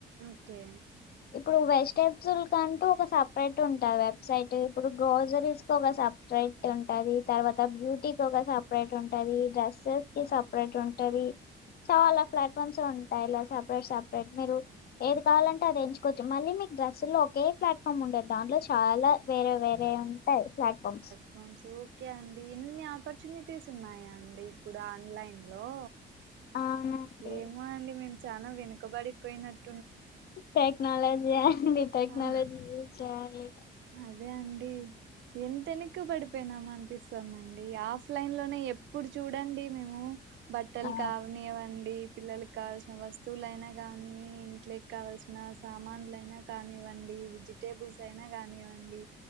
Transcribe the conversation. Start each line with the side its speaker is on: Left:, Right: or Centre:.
Right: ఒకే
Left: ఇప్పుడూ వెజ్ టేప్సుల్ కంటూ ఒక సప్రేట్ ఉంటా వెబ్సైటు ఇప్పుడు గ్రోజరీస్ ఒక సప్రేట్ ఉంటది తర్వాత బ్యూటీకి ఒక సప్రేట్ ఉంటదీ డ్రెస్సెస్ కి సప్రేట్ ఉంటదీ చాలా ప్లాట్ఫామ్సే ఉంటాయి ఇలా సపరేట్ సపరేట్ మీరు ఏది కావాలంటే అది ఎంచు కోచ్చు మళ్ళీ మీకు డ్రస్సు లో ఒకే ప్లాట్ఫామ్ ఉండదు దాంట్లో చాలా వేరే వేరే ఉంటాయ్ ప్లాట్ఫామ్స్
Right: ఫన్స్ ఓకే అండి ఇన్ని ఆపర్చునిటీస్ ఉన్నాయా అండి ఇప్పుడు ఆన్లైన్ లో
Left: అవునండి
Right: ఏమో అండి మేము చానా వెనుకబడిపోయినట్
Left: టెక్నాలజీ అండి టెక్నాలజీ
Right: ఆహ్
Left: యూజ్ చేయాలి
Right: అదే అండీ ఎంత ఎనక్కి పడిపోయినాం అనిపిస్సుందండి ఆఫ్లైన్ లోనే ఎప్పుడు చూడండీ మేమూ బట్టలు
Left: ఆ
Right: కావనీవండీ పిల్లలక్ కావల్సిన వస్తువులైనా కానీ ఇంట్లేకి కావల్సినా సామాన్లైనా కానివ్వండీ విజిట్ టేబుల్స్ అయినా కానివ్వండి